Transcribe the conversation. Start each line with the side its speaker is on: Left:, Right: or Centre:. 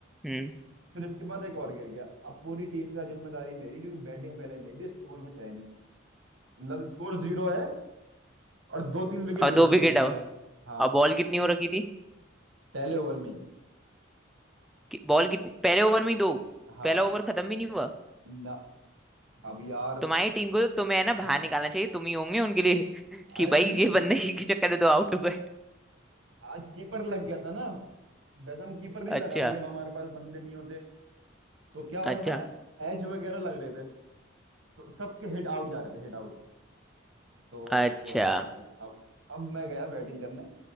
Centre: हम्म
Right: फिर इसके बाद एक और गिर गया अब पूरी टीम का जिम्मेदारी मेरी क्योंकि बैटिंग पहले मेरी थी स्कोर कुछ है नहीं मतलब स्कोर जीरो है और दो तीन विकेट
Centre: और
Right: गिर
Centre: दो
Right: चुके
Centre: विकेट
Right: हैं हमारे
Centre: हो
Right: हाँ
Centre: और बॉल कितनी हो रखी थी
Right: पहले ओवर में ही
Centre: कि बॉल कितनी पहले ओवर में ही दो
Right: हाँ
Centre: पहला ओवर खत्म भी नहीं हुआ
Right: ना अब यार
Centre: तुम्हारी टीम को तो तुम्हें है ना बाहर
Right: हाँ
Centre: निकालना चाहिए तुम ही होंगे उनके लिए <laughs> कि
Right: अरे
Centre: भाई
Right: नहीं
Centre: ये बंदे के चक्कर में तो आउट हो गए
Right: आज कीपर लग गया था ना वैसे हम कीपर नहीं लगाते
Centre: अच्छा
Right: जब हमारे पास बंदे नहीं होते तो क्या हो
Centre: अच्छा
Right: रहा था ना एज वगैरह लग रहे थे तो सबके हिट आउट जा रहे थे हिट आउट तो
Centre: अच्छा
Right: कोई बात नहीं अब अब मैं गया बैटिंग करने